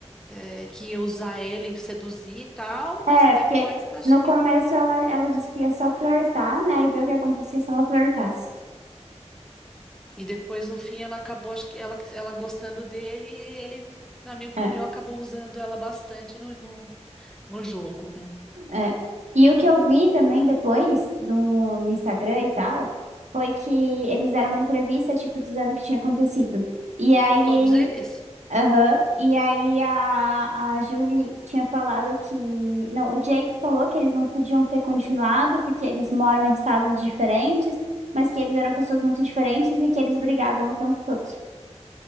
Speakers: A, in the centre; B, on the right.
A: é, que ia usar ele, seduzir e tal, mas
B: É,
A: e depois
B: porque
A: eu acho
B: no começo
A: que.
B: ela, ela disse que ia só flertar, né? E ver o que acontecia se ela flertasse.
A: E depois, no fim, ela acabou, acho que ela, ela gostando dele, e ele, na minha opinião,
B: É,
A: acabou usando ela bastante no, no, no jogo, né?
B: é. E o que eu vi também depois no, no Instagram e tal, foi que eles deram uma entrevista, tipo, dizendo o que tinha acontecido. E aí,
A: Todos eles?
B: aham, e aí a, a Julie tinha falado que, não, o Jake falou que eles não podiam ter continuado porque eles moram em estados diferentes, mas que eles eram pessoas muito diferentes e que eles brigavam o tempo todo.